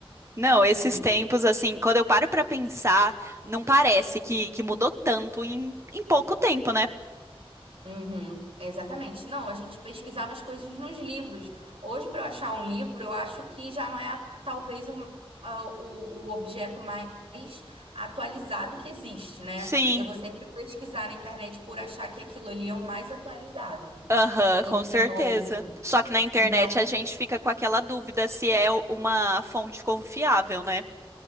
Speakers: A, on the right; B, on the right.
A: Não, esses
B: Uhum.
A: tempos, assim, quando eu paro pra pensar, não parece que, que mudou tanto em, em pouco tempo, né?
B: Uhum, exatamente. Não, a gente pesquisava as coisas nos livros. Hoje, para eu achar um livro, eu acho que já não é a- talvez um, ah, o, o objeto mais atualizado que existe, né?
A: Sim,
B: Eu vou sempre pesquisar na internet por achar que aquilo ali é o mais atualizado.
A: aham,
B: Então,
A: com certeza. Só que na internet
B: então,
A: a gente fica com aquela dúvida se é uma fonte confiável, né?